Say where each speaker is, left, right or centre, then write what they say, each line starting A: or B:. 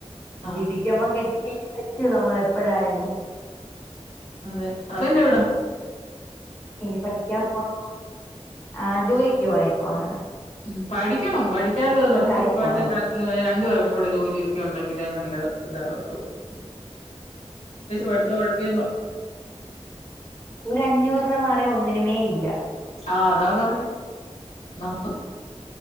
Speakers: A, on the left (about 85°); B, on the left (about 20°).
A: ആഹ്
B: വിധിക്കുമ്പം കെട്ടിയല്ലേ പറ്റൂ നമ്മളെപ്പഴായാലും
A: അവ അവന്തവിടം
B: ഇനി പഠിക്കാൻ പോ ആ ജോലിക്ക് പോയക്കുവാണ്
A: ഉം പഠിക്കണം പഠിക്കാതെ നമുക്ക്
B: കടയിൽ
A: ഇപ്പോഴത്തെ
B: പോണുണ്ട്
A: കാലത്ത് രണ്ടു പേർക്കും കൂടെ ജോലിയൊക്കെ ഉണ്ടെങ്കിലെ നല്ല ഇതാവു
B: <unintelligible>
A: പഠിത്തം ഉഴപ്പിയെന്ന്
B: ഒരഞ്ഞൂറ് രൂപ മാറിയ ഒന്നിന മേ ഇല്ല
A: ആഅതാ പറഞ്ഞേ <unintelligible>